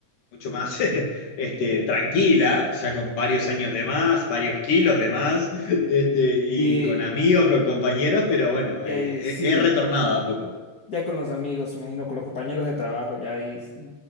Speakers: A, on the left; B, on the left.
A: mucho más <laughs> este, tranquila, ya con varios años de más, varios kilos de más, este, y
B: Y,
A: con amigos, con compañeros, pero bueno,
B: y
A: eh,
B: ahí sí.
A: he he retornado a poco.
B: Ya con los amigos, me imagino, con los compañeros de trabajo, ya ahí s-